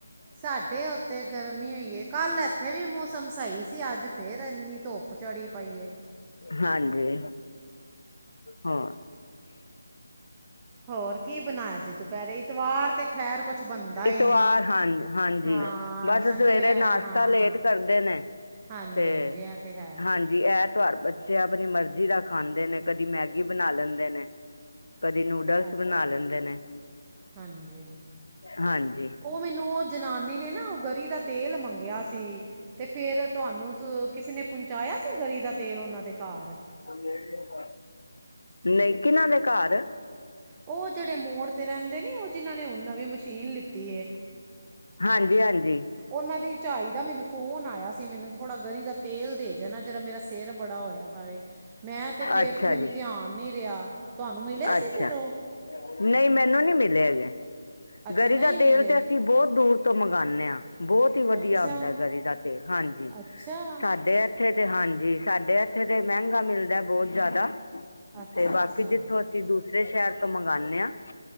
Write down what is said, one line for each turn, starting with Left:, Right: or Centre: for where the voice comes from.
Right: ਸਾਡੇ ਓਥੇ ਗਰਮੀ ਓਈਏ, ਕਾੱਲ ਐਥੇ ਵੀ ਮੋਸਮ ਸਈ ਸੀ ਆੱਜ ਫੇਰ ਐਨੀ ਧੋਪ ਚੜੀ ਪਾਈ ਏ।
Left: ਹਾਂਜੀ ਹੋ।
Right: ਹੋਰ ਕੀ ਬਣਾਇਆ ਜੇ ਦੁਪਹਿਰੇ ਇਤਵਾਰ ਤੇ ਖੈਰ ਕੁਛ ਬਣਦਾ ਹੀ
Left: ਇਤਵਾਰ
Right: ਨਹੀਂ।
Left: ਹਾਂ ਹਾਂਜੀ
Right: ਹਾਂ
Left: ਬਸ
Right: ਸੰਡੇ
Left: ਸਵੇਰੇ
Right: ਆ
Left: ਨਾਸ਼ਤਾ
Right: ਹਾਂ।
Left: ਲੇਟ ਕਰਦੇ ਨੇ
Right: ਹਾਂਜੀ
Left: ਤੇ
Right: ਹਾਂਜੀ ਇਹ ਤੇ ਹੈ
Left: ਹਾਂਜੀ। ਜੀ ਐ ਤਵਾਰ ਬੱਚੇ ਆਪਣੀ ਮਰਜ਼ੀ ਦਾ ਖਾਂਦੇ ਨੇ ਕਦੀ ਮੈਗੀ ਬਣਾ ਲੈਂਦੇ ਨੇ ਕਦੇ ਨੂਡਲਸ
Right: ਅੱਛਾ
Left: ਬਣਾ ਲੈਂਦੇ ਨੇ
Right: ਹਾਂਜੀ।
Left: ਹਾਂਜੀ।
Right: ਉਹ ਮੈਨੂੰ ਉਹ ਜਨਾਨੀ ਨੇ ਨਾ ਉਹ ਗਰੀ ਦਾ ਤੇਲ ਮੰਗਿਆ ਸੀ ਤੇ ਫੇਿਰ ਤੁ ਹਾਨੂੰ ਕਿਸੇ ਨੇ ਪਹੁੰਚਾਇਆ ਸੀ ਗਰੀ ਦਾ ਤੇਲ ਉਹਨਾਂ ਦੇ ਘਰ।
Left: ਹਾਂ, ਦੇ ਵੀਦਾ। ਨਹੀ ਕਿਨਾਂ ਦੇ ਘਰ।
Right: ਉਹ ਜਿਹੜੇ ਮੋੜ ਤੇ ਰਹਿੰਦੇ ਨੇ ਉਹ ਜਿਨਾਂ ਨੇ ਉਹ ਨਵੀ ਮਸ਼ੀਨ ਲਿਤੀ
Left: ਹਾਂਜੀ ਹਾਂਜੀ
Right: ਉਹਨਾਂ ਦੀ ਝਾਈ ਦਾ ਮੈਨੂੰ ਫੋਨ ਆਇਆ ਸੀ ਮੈਨੂੰ ਥੋੜਾ ਗਰੀ ਦਾ ਤੇਲ ਦੇਂ ਜਾਨਾ, ਜਿਰਾ ਮੇਰਾ ਸਿਰ ਬੜਾ ਹੋਇਆ। ਮੈਂ ਤੇ ਫੇਰ
Left: ਅੱਛਾ
Right: ਮੈਨੂੰ
Left: ਜੀ
Right: ਧਿਆਨ ਨੀ ਰਿਹਾ। ਤੁਹਾਨੂੰ ਮਿਲੇ
Left: ਅੱਛਾ
Right: ਸੀ ਫੇਿਰ ਉਹ।
Left: ਨਹੀਂ ਮੈਨੂੰ ਨਹੀਂ ਮਿਲੇ ਜੇ
Right: ਅੱਛਾ
Left: ਗਰੀ
Right: ਨਹੀਂ
Left: ਦਾ
Right: ਮਿਲੇ
Left: ਤੇਲ ਤੇ ਅਸੀਂ ਬਹੁਤ ਦੂਰ ਤੋਂ ਮੰਗਵਾਉਂਦੇ ਹਾਂ ਬਹੁਤ ਹੀ ਵਧੀਆ
Right: ਅੱਛਾ
Left: ਹੁੰਦਾ ਗਰੀ ਦਾ। ਹਾਂਜੀ
Right: ਅੱਛਾ,
Left: ਸਾਡੇ ਇੱਥੇ ਤੇ ਹਾਂਜੀ ਸਾਡੇੱ ਇੱਥੇ ਤੇ, ਮਹਿੰਗਾ ਮਿਲਦਾ ਬਹੁਤ ਜ਼ਿਆਦਾ।
Right: ਅੱਛਾ-ਅੱਛਾ,
Left: ਤੇ ਬਾਕੀ ਜਿੱਥੋਂ, ਅਸੀਂ ਦੂਸਰੇ ਸ਼ਹਿਰ ਤੋਂ ਮੰਗਵਾਉਦੇ ਹਾਂ।